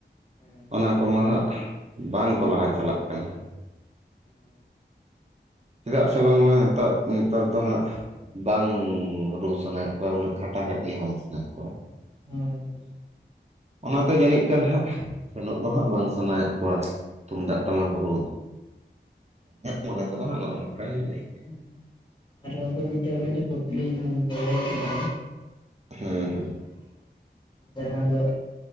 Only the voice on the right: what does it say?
ᱚᱱᱟ ᱠᱚᱢᱟ ᱦᱟᱸᱜ ᱵᱟᱝᱠᱚ ᱞᱟᱦᱟ ᱪᱟᱞᱟᱜ ᱠᱟᱱᱟ᱾
ᱪᱮᱫᱟᱜ ᱥᱮ ᱵᱟᱝᱢᱟ ᱱᱮᱛᱟᱜ ᱱᱮᱛᱟᱨ ᱫᱚ ᱦᱟᱸᱜ ᱵᱟᱝ ᱨᱩ ᱥᱟᱱᱟᱭᱮᱫ ᱠᱚᱣᱟ ᱩᱱᱟᱹᱜ᱾ ᱠᱷᱟᱴᱟ ᱠᱷᱟᱴᱱᱤ ᱵᱟᱝ ᱥᱟᱱᱟᱭᱮᱫ ᱠᱚᱣᱟ᱾
ᱚᱱᱟᱛᱮ ᱡᱟᱹᱱᱤᱡ ᱠᱟᱱ ᱦᱟᱸᱜ ᱥᱮᱱᱚᱜ ᱫᱚ ᱦᱟᱸᱜ ᱵᱟᱝ ᱥᱟᱱᱟᱭᱮᱫ ᱠᱚᱣᱟ ᱛᱩᱢᱫᱟᱜ ᱴᱟᱢᱟᱠ ᱨᱩ᱾ ᱤᱧᱟᱹᱜ ᱢᱚᱱᱮ ᱛᱮᱫᱚ ᱦᱟᱸᱜ ᱱᱚᱜ-ᱚ ᱱᱚᱝᱠᱟᱭ ᱞᱟᱹᱭᱮᱜ-ᱟ᱾
ᱦᱩᱸ ᱦᱩᱸ᱾